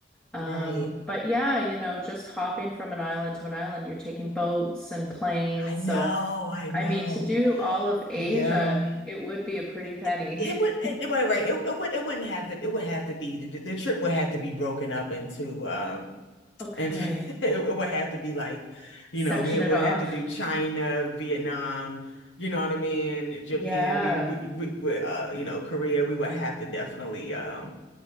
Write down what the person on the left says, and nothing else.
right.
I know,
I know.
Yeah.
It, it would
it, right, right. It, it would it wouldn't have to it would have to be the, the trip would have to be broken up into um
And <laughs> it would have to be like, you
know, we would
have to do China, Vietnam, you know what I mean? Japan,
we, we, we, we uh, you know, Korea, we would have to definitely, um,